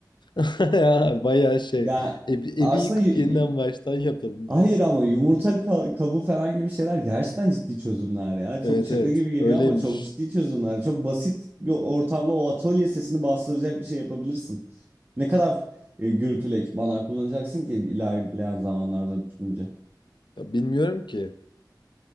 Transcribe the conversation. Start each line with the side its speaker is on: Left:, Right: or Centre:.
Left: <laughs> ya bayağı şey
Right: Ya
Left: evi,
Right: aslında
Left: evi yıkıp
Right: y-
Left: yeniden baştan yapalım
Right: Hayır
Left: diyorsun.
Right: ama yumurta ka- kabuğu falan gibi şeyler gerçekten ciddi çözümler ya.
Left: Evet
Right: Çok şaka
Left: evet
Right: gibi geliyor
Left: öyleymiş.
Right: ama çok ciddi çözümler. Çok basit bir ortamda o atölye sesini bastıracak bir şey yapabilirsin. Ne kadar e, gürültülü ekipmanlar kullanacaksın ki ilerleyen zamanlarda düşünce.
Left: Ya bilmiyorum ki